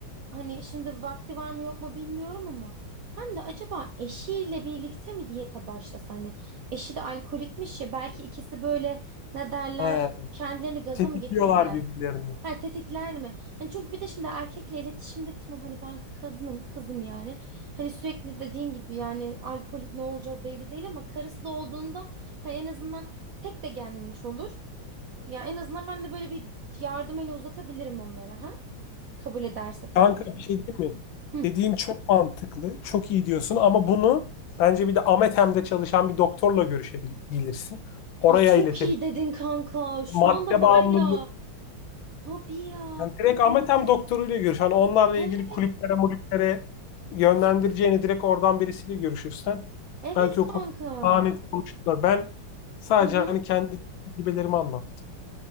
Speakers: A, on the right; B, on the left.
A: Hani şimdi vakti var mı yok mu bilmiyorum ama. Hem de acaba eşiyle birlikte mi diyete başlasa hani eşi de alkolikmiş ya belki ikisi böyle ne derler
B: he,
A: kendilerini gaza
B: tetikliyorlar
A: mı getirirler?
B: birbirlerini.
A: Ha tetikler mi? Hani çünkü bir de şimdi erkekle iletişimde tamam hani ben kadınım kızım yani. Hani sürekli dediğin gibi yani alkolik ne olacağı belli değil ama karısı da olduğunda ha en azından tek de gelmemiş olur. Ya en azından ben de böyle bir yardım eli uzatabilirim onlara ha. Kabul ederse tabii
B: Kanka
A: ki.
B: bir şey diyeyim mi?
A: Hı.
B: Dediğin çok mantıklı, çok iyi diyorsun ama bunu bence bir de Amethem'de çalışan bir doktorla görüşebilirsin. Oraya
A: Ay çok
B: iletebilirsin.
A: iyi dedin kanka. Şu
B: Madde
A: anda var
B: bağımlılığı
A: ya. Tabii ya.
B: Yani direkt ametem doktoruyla görüş. Hani onlarla
A: Evet.
B: ilgili kulüplere, mulüplere yönlendireceğini direkt oradan birisiyle görüşürsen
A: Evet
B: belki
A: kanka.
B: o konuda daha net konuşurlar. Ben sadece
A: Hı hı.
B: hani kendi tecrübelerimi anlattım.